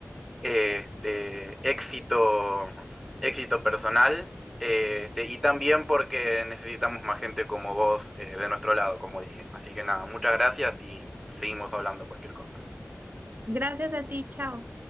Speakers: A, in the centre; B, on the right.
A: eh, este, éxito, éxito personal, eh, este, y también porque necesitamos más gente como vos eh, de nuestro lado, como dije. Así que nada, muchas gracias y seguimos hablando cualquier cosa.
B: Gracias a ti, chao.